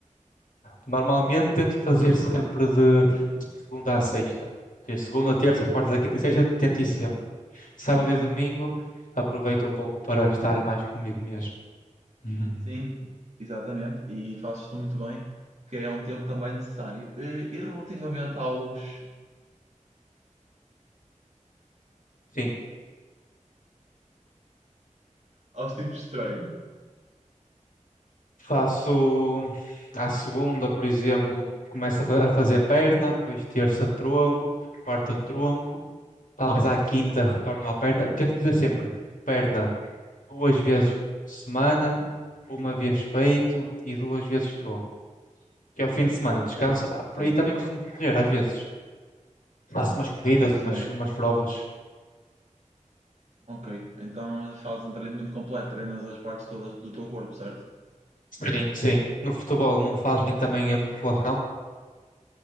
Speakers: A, on the left (about 85°); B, on the right (about 60°).
A: Normalmente tento fazer sempre de, de segunda a sexta. Ou seja, Segunda, terça, quarta, quinta e sexta, tento ir sempre. Sábado
B: Uhum.
A: e domingo, aproveito um pouco para estar mais comigo mesmo. <laughs>
B: Sim, exatamente, e fazes tu muito bem, que é um tempo também necessário. E, e relativamente aos,
A: Sim,
B: aos tipos de treino,
A: faço à segunda, por exemplo, começo a fa- a fazer perna, depois terça tronco, quarta tronco, talvez à quinta retorno à perna. Tento fazer sempre perna duas vezes por semana, uma vez peito e duas vezes tronco. Que ao fim de semana descanso. Ah,
B: certo?
A: por aí também costumo correr às vezes. Faço umas corridas,
B: Certo.
A: e umas, umas provas.
B: Ok, então fazes um treinamento completo, treinas as partes todas do teu corpo, certo?
A: Sim, sim. No futebol não fazem também a musculação?